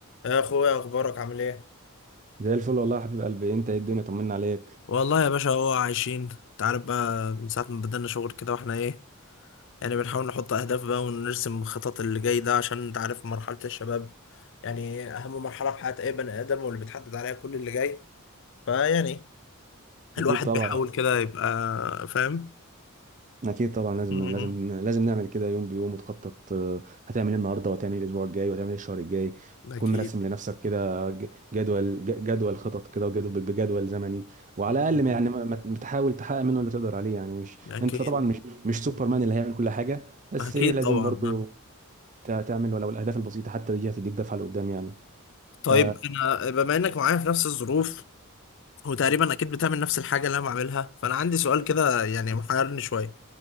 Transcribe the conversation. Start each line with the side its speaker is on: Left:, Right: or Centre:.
Left: يا اخويا اخبارك عامل ايه
Right: زي الفل والله يا حبيب قلبي انت ايه الدنيا طمنا عليك
Left: والله يا باشا هو عايشين انت عارف بقى من ساعة ما بدأنا شغل كده واحنا ايه يعني بنحاول نحط أهداف بقى ونرسم خطط اللي جاي ده عشان انت عارف مرحلة الشباب يعني أهم مرحلة في حياة أي بني آدم واللي بتحدد عليها كل اللي جاي فيعني الواحد
Right: اكيد طبعا
Left: <laughs> بيحاول كده يبقى فاهم
Right: اكيد طبعا لازم
Left: مم.
Right: لازم لازم نعمل كده يوم بيوم وتخطط آه، هتعمل ايه النهارده وهتعمل ايه الاسبوع الجاي وهتعمل ايه الشهر الجاي
Left: أكيد
Right: تكون راسم لنفسك كده ج- جدول ج- جدول خطط كده وجدول بجدول زمني وعلى
Left: مم.
Right: الاقل ما- يعني ما ما- بتحاول تحقق منه اللي تقدر عليه يعني مش
Left: أكيد
Right: انت طبعا مش مش سوبرمان اللي هيعمل كل حاجه بس
Left: أكيد
Right: ايه لازم
Left: طبعا
Right: برضو
Left: آه.
Right: تع- تعمل ولو الاهداف البسيطه حتى دي هتديك دفعه لقدام يعني
Left: طيب
Right: ف
Left: أنا بما إنك معايا في نفس الظروف وتقريبا أكيد بتعمل نفس الحاجة اللي أنا بعملها فأنا عندي سؤال كده يعني محيرني شوية